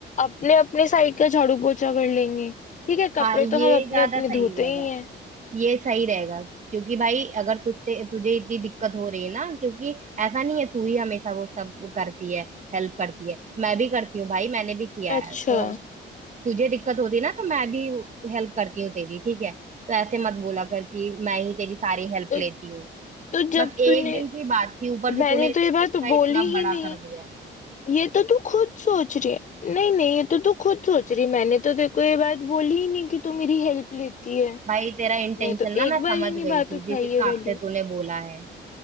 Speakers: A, on the left; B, on the right.
A: अपने अपने साइड का झाड़ू पोछा कर लेंगे ठीक है कपड़े
B: हाँ ये
A: तो हम अपने
B: ज्यादा
A: अपने
B: सही
A: धोते
B: रहेगा
A: ही हैं
B: ये सही रहेगा क्योंकि भाई अगर तुझसे तुझे इतनी दिक्कत हो रही है ना क्योंकि ऐसा नहीं है तू ही हमेशा वो सब करती है हेल्प करती है मैं भी करती हूँ भाई मैंने भी किया
A: अच्छा
B: है तो तुझे दिक्कत होती ना तो मैं भी हेल्प करती हूँ तेरी ठीक है तो ऐसे मत बोला कर कि मैं ही तेरी सारी हेल्प
A: तो
B: लेती हूँ
A: तो जब
B: बस एक
A: तूने
B: दिन की बात थी ऊपर से
A: मैंने
B: तूने इसका
A: तो ये बात बोली
B: इतना
A: ही
B: बड़ा
A: नहीं
B: कर दिया है
A: ये तो तू खुद सोच रही है नहीं नहीं ये तो तू खुद सोच रही है मैंने तो देखो ये बात बोली ही नहीं कि तू मेरी हेल्प लेती है
B: भाई तेरा इंटेंशन
A: मैं तो
B: ना
A: एक
B: मैं
A: बार
B: समझ
A: ही नहीं
B: गई
A: बात
B: थी
A: उठाई
B: जिस हिसाब
A: ये वाली
B: से तूने बोला है